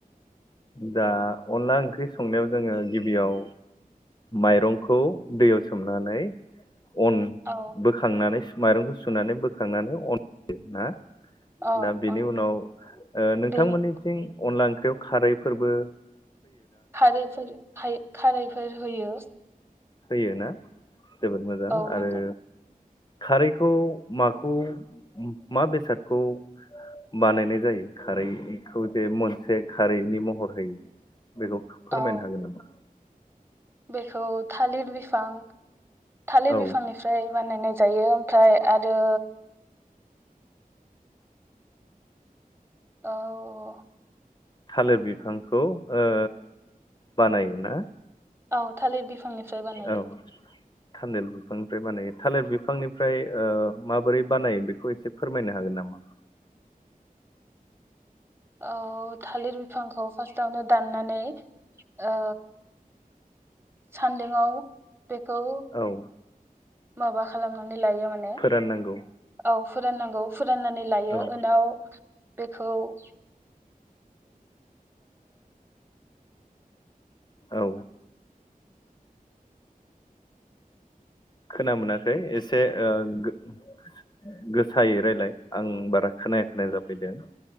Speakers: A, on the left; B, on the right.
A: दा अनला ओंख्रि संनायाव जोङो गिबियाव माइरंखौ दैयाव सोमनानै अन
B: औ
A: बोखांनानै स माइरंखौ सुनानै बोख खांनानै अन देना
B: औ
A: दा बेनि उनाव ओ नोंथांमोननिथिं
B: बेनि
A: अनला ओं बेयाव खारै फोरबो
B: खारैफोर खाय खारै फोर होयो।
A: होयो ना? जोबोद मोजां
B: औ
A: आरो
B: नंगौ
A: खारैखौ माखौ मा बेसादखौ बानायनाय जायो खारैखौ जे मोनसे खारैनि महर होयो बेखौ फोरमायनो
B: औ
A: हागोन नामा?
B: बेखौ थालिर बिफां थालिर
A: औ
B: बिफांनिफ्राय बानायनाय जा जायो ओमफ्राय आरो औ
A: थालिर बिफांखौ ओ बानायोना?
B: औ थालिर बिफांनि फ्राय बानायो
A: औ थालिर बिफांनिफ्राय बानायो थालिर बिफांनिफ्राय ओ माबोरै बानायो बेखौ एसे फोरमायनो हागोन नामा?
B: औ थालिर बिफांखौ फार्स्टआवनो दाननानै ओ सान्दुंआव बेखौ
A: औ
B: माबा खालामना लायो माने
A: फोराननांगौ
B: औ फोराननांगौ फुराननानै लायो
A: औ
B: उनाव बे खौ ओ
A: औ खोना मोनाखै एसे ओ गो-गोसायै रायलाय आं बारा खोनाया खोनाया जाफैदों